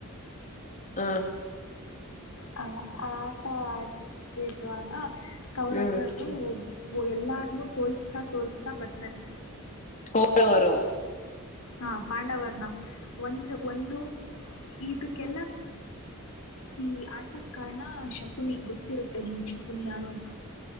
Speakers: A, on the left; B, on the left.
A: ಹಾ
B: ಹ ಆಟಾ ಆಡೀದು ಏನು ಕೌರವ್ವನ್ನು
A: ಹ್ಮ್
B: ಎಲ್ಲರನ್ನೂ ಸೋಲಿಸ್ತಾ ಸೋಲಿಸ್ತಾ ಬರ್ತಾರೆ
A: ಒಬ್ಬರೇ ಅವ್ರು
B: ಹಾ ಪಾಂಡವರ್ನ ಒಂದ ಒಂದು ಇದಕ್ಕೆಲ್ಲ ಈ ಆಟಕ್ ಕಾರಣ ಶಕುನಿ ಗೊತ್ತಿರುತ್ತೆ ನಿಮಗೆ ಶಕುನಿ ಯಾರು ಅಂತ